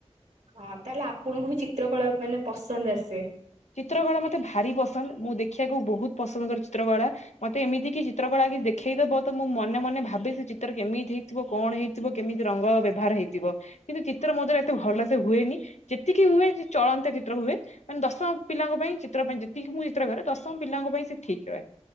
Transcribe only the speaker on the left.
ଚିତ୍ରକଳା ମତେ ଭାରି ପସନ୍ଦ ମୁଁ ଦେଖିବାକୁ ବୋହୁତ୍ ପସନ୍ଦ କରେ ଚିତ୍ରକଳା। ମତେ ଏମିତି କି ଚିତ୍ର କଳା କିଛି ଦେଖେଇଦବ ତ ମୁଁ ମନେ ମନେ ଭାଵେ ସେ ଚିତ୍ର କେମିତି ହେ ଥିବ କଣ ହେଇଥିବ କେମିତି ରଙ୍ଗ ବ୍ୟବହାର ହେଇଥିବ। କିନ୍ତୁ ଚିତ୍ର ମୋ ଦ୍ଵାରା ଏତେ ଭଲ ସେ ହୁଏନି ଯେତିକି ହୁଏ ଚଳନ୍ତା ଚିତ୍ର ହୁଏ ମାନେ ଦଶ ପିଲାଙ୍କ ପାଇଁ ଚିତ୍ର ପାଇଁ ଯେତିକି ମୁଁ ଚିତ୍ର କରେ ଦଶମ ପିଲାଙ୍କ ପାଇଁ ସେ ଠିକ୍ ରହେ।